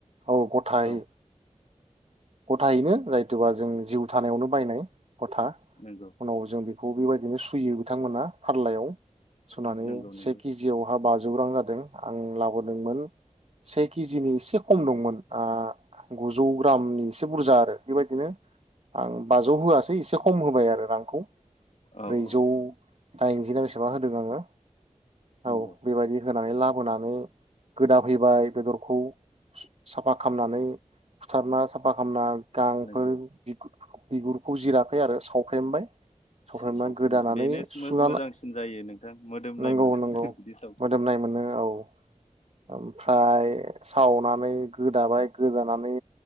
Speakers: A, on the right; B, on the left.
A: औ गथायै
B: औ
A: गथायैनो जायथुबा जों जिउ थानायावनो बायनाय गथा
B: नोंगौ
A: उनाव जों बि बेखौ बेबायदिनो सुयो बिथांमोना फारलायाव सुनानै
B: नोंगौ नोंगौ
A: से केजियावहा बाज जौरां जादों आं लाबोदोंमोन से केजिनि एसे खम दंमोन ओ गुजौ ग्रामनि एसे बुरजा आरो बेबायदिनो आं बाजौ होआसै एसे खम होबाय आरो रांखौ
B: औ
A: ब्रैजौ
B: औ औ
A: दाइनजि ना बेसेबा होदों आङो
B: नंगौ
A: औ बेबायदि होन नानै लाबोनानै गोदा फैबाय बेदरखौ साफा खामनानै बुथारना साफा खामना गांफोर
B: नंगौ
A: बिगु बिगुरखौ जिराखै आरो सावफ्रेमबाय सावफ्रेमनानै
B: सावफ्रोमबाय
A: गोदानानै
B: बेनो
A: सुनानै
B: मोजांसिन जायो नोंथां मोदोमनाय
A: नंगौ
B: मोनो
A: नंगौ
B: बिदि सावफ्रोमबाय
A: मोदोमनाय मोनो औ ओमफ्राय सावनानै गोदाबाय गोदानानै